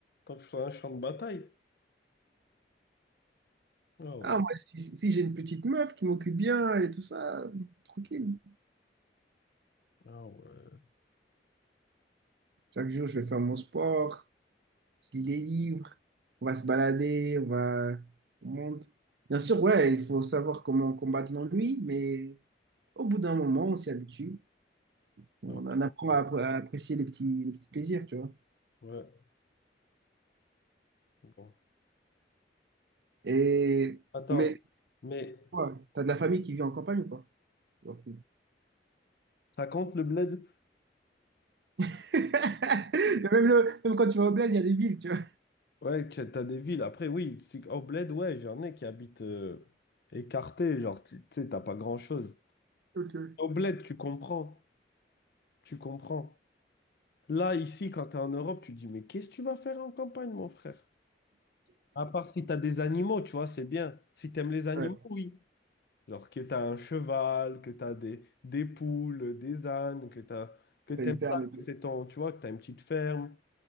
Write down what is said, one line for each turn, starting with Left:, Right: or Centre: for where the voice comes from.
Left: tant que je sois un champ de bataille. Ah ouais.
Right: Ah, moi, si, si j'ai une petite meuf qui m'occupe bien et tout ça, euh, tranquille.
Left: Ah ouais.
Right: Chaque jour, je vais faire mon sport, je lis les livres, on va se balader, on va, on monte. Bien sûr, ouais, il faut savoir comment combattre l'ennui, mais au bout d'un moment, on s'y habitue. On
Left: Ah ouais.
Right: en apprend à, appré- à apprécier les petits, les petits plaisirs, tu vois.
Left: Ouais. Bon.
Right: Et,
Left: Attends,
Right: mais,
Left: mais
Right: toi, t'as de la famille qui vit en campagne ou pas? Genre-
Left: ça compte le bled?
Right: <laughs> Mais Même, le, même quand tu vas au bled, il y a des villes, tu vois.
Left: Ouais, t'as t'as des villes. Après, oui, c'est- au bled, ouais, j'en ai qui habitent euh, écartés. Genre, tu tu sais, t'as pas grand-chose.
Right: Ok.
Left: Au bled, tu comprends. Tu comprends. Là, ici, quand t'es en Europe, tu te dis, mais qu'est-ce que tu vas faire en campagne, mon frère? À part si t'as des animaux, tu vois, c'est bien. Si t'aimes les animaux,
Right: Ouais,
Left: oui. Genre que t'as un cheval, que t'as des, des poules, des ânes, que t'as, que t'aimes
Right: t'as une ferme
Left: ça,
Right: et tout.
Left: que c'est ton, tu vois, que t'as une petite ferme.